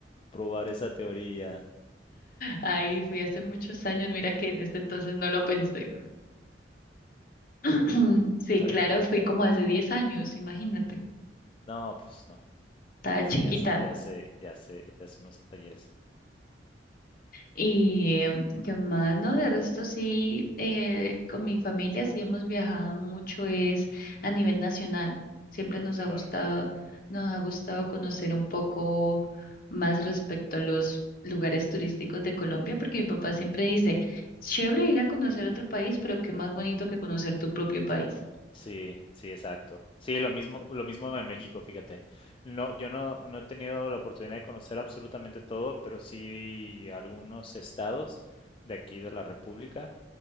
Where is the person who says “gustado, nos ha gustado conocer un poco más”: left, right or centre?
Left